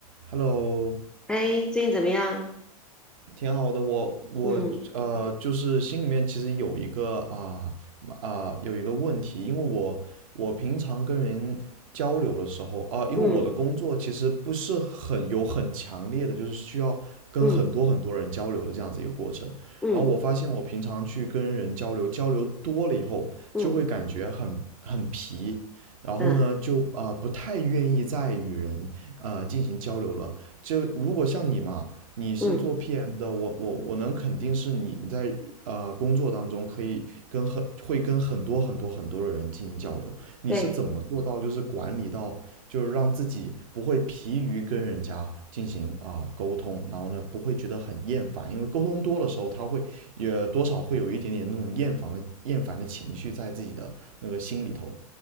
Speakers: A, on the right; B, in the centre.
A: Hello，
B: 哎，最近怎么样？
A: 挺好的。我我呃，
B: 嗯
A: 就是心里面其实有一个啊啊、有一个问题，因为我我平常跟人交流的时候啊、因为我的工作其实不是很有很强烈的，
B: 嗯
A: 就是需要跟很多很多人交流的这样子一个过程。
B: 嗯嗯
A: 然后我发现我平常去跟人交流，交流多了以后，
B: 嗯
A: 就会感觉很很皮，然后呢，
B: 嗯
A: 就啊、呃不太愿意再与人呃进行交流了。就如果像你嘛，你是做
B: 嗯，
A: PM 的，我我我能肯定是你在呃工作当中可以跟很会跟很多很多很多的人进行交流。你是怎么做到就是管理到就是让自己不会疲于跟人家进行啊、
B: 对，
A: 沟通，然后呢不会觉得很厌烦，因为沟通多的时候他会也多少会有一点点那种厌烦的厌烦的情绪在自己的那个心里头。